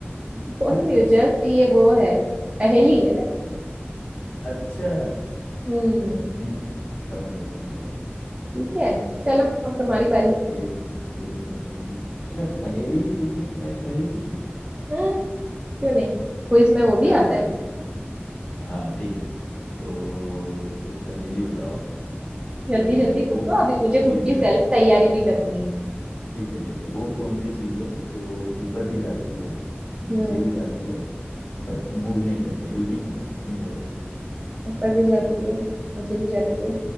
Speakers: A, on the right; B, on the left.
A: बोल
B: <laughs>
A: रही हो जस्ट ये वो है पहेली है ना
B: अच्छा
A: हम्म
B: हम्म हम्म, समझ गया समझ गया
A: ठीक है चलो अब तुम्हारी बारी
B: पहेली पहेली पहेली अच्छा पहेली पूछनी तो मैं एक पहेली पूछूं
A: हैं? क्यों नहीं क्विज में वो
B: चलो
A: भी आता है
B: ठीक हाँ ठीक है तो एक पहेली बताओ कि
A: जल्दी जल्दी पूछो
B: वो कौन
A: अभी
B: सी
A: मुझे
B: चीज़
A: खुद की
B: है
A: सेल्फ तैयारी भी करनी है
B: ठीक है ठीक है वो कौन सी चीज़ है जो ऊपर भी जाती है नीचे
A: हम्म
B: भी जाती है बट मूव नहीं करती हिलती नहीं है अपनी जगह से
A: ऊपर भी जाती है नीचे भी जाती है